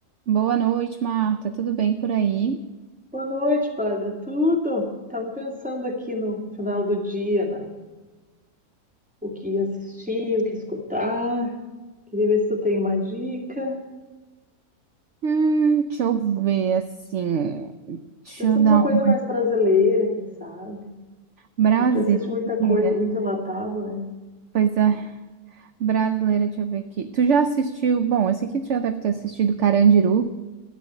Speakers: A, on the right; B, in the centre.
A: Boa noite, Marta. Tudo bem por aí?
B: Boa noite, Bárbara. Tudo? Estamos pensando aqui no final do dia, na- o que assistir, o que escutar. Queria ver se tu tem uma dica.
A: Hum, deixa eu ver assim. Deixa
B: Pensando
A: eu dar
B: numa coisa
A: uma
B: mais brasileira, quem sabe?
A: brasileira.
B: A gente assiste muita coisa, muito enlatado, né?
A: Pois é, brasileira, deixa eu ver aqui. Tu já assistiu? Bom, esse aqui tu já deve ter assistido Carandiru.